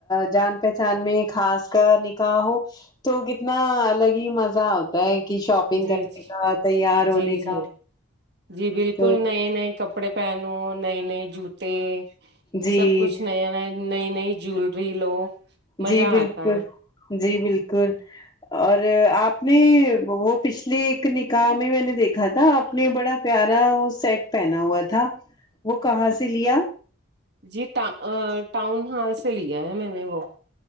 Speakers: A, on the left; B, on the right.
A: جان پہچان میں خاص کا نکاح ہو تو کتنا الگ ہی مزہ ہوتا تا کی شاپنگ
B: جی
A: کرنے
B: جی
A: کا تیار
B: جی
A: ہونے
B: جی
A: کا
B: جی بالکل
A: تو
B: نئے نئے کپڑ پڑے پہنو نئے نئے جوتے
A: جی
B: سب کچھ نیا نیا نئی نئی جولری لو مزہ
A: جی بالکل
B: آتا ہے
A: جی بالکل اور آپ نے وہ پچھلے ایک نکاح میں میں نے دیکھا تھا آپ نے بڑا پیارا وہ سیٹ پہنا ہوا تھا وہ کہاں سے لیا
B: جی ٹا ٹاؤن ہال سے لیا ہے میں نے وہ